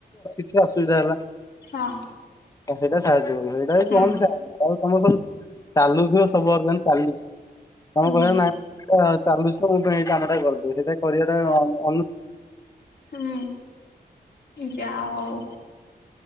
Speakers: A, on the left; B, on the left.
A: <unintelligible> ଅସୁବିଧା ହେଲା
B: ହଁ
A: ସେଇଟା ସାହାଯ୍ୟ କର ସେଇଟା ବି
B: ହୁଁ
A: କୁହନ୍ତି ସାହାଯ୍ୟ ଆଉ ତମର ସବୁ ଚାଲୁଥିବ ସବୁ ଅର୍ଗ ଚାଲିଛି ତମେ
B: ହୁଁ
A: କହିବ ନାଇଁ ଚାଲୁଚି ପାଇଁ ଏଇ କାମଟା କରିଦେ ସେଇଟା କରିବାଟା ଅନୁ
B: ହୁଁ ଯାହା ହଉ